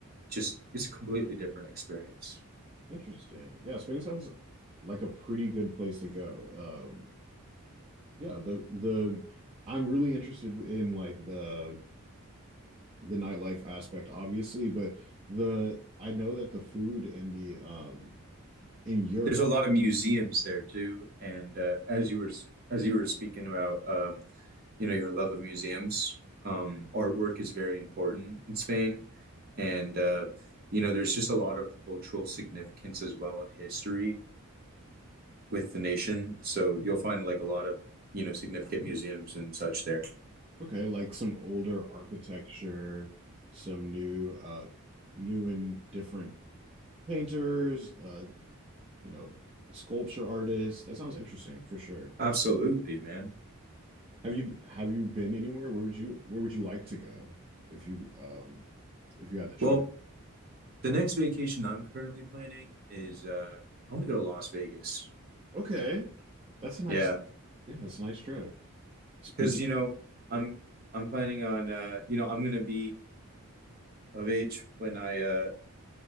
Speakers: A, on the right; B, on the right.
A: just it's a completely different experience.
B: Interesting. Yeah, Spain sounds like a pretty good place to go. Um, yeah, the the I'm really interested in like the the nightlife aspect, obviously, but the I know that the food and the um in Europe
A: There's a lot of museums there too, and uh, as you were s- as you were speaking about, um, you know, your love of museums, um, artwork is very important in Spain, and uh, you know, there's just a lot of cultural significance as well in history with the nation. So you'll find like a lot of, you know, significant museums and such there.
B: Okay, like some older architecture, some new uh new and different painters, uh, you know, sculpture artists. That sounds interesting for sure.
A: Absolutely, man.
B: Have you have you been anywhere? Where would you where would you like to go if you um if you had the choice?
A: Well, the next vacation I'm currently planning is uh, I want to go to Las Vegas.
B: Okay. That's a nice
A: Yeah.
B: yeah, that's a nice trip. Speaking
A: because you know I'm I'm planning on uh you know I'm gonna be of age when I uh